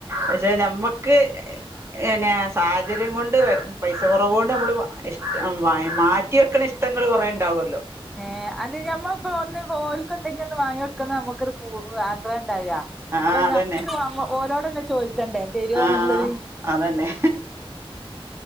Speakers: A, on the right (about 25°); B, in the centre.
A: പഷെ നമ്മക്ക് പിന്നെ സാഹചര്യം കൊണ്ട് പൈസ കൊറവോണ്ട നമ്മൾ ഇഷ്ട മാറ്റി വെക്കണ ഇശ് ട്ടങ്ങള് കുറേണ്ടാവുല്ലോ
B: ഏഹ് അല്ല ഞമ്മപ്പോ ഒന്ന് ഓൽക്ക് എന്തെങ്കി ഒന്ന് വാങ്യോട്ക്കന്ന നമ്മക്കൊര് പൂ ആഗ്രഹണ്ടാവാ
A: ആഹ്
B: അപ്പൊ ഞമ്മക്ക്
A: അതന്നെ
B: ഓലോടെന്നെ ചോയ്ക്കണ്ടേ തരോന്ന്ള്ളത്
A: ആഹ് അതന്നെ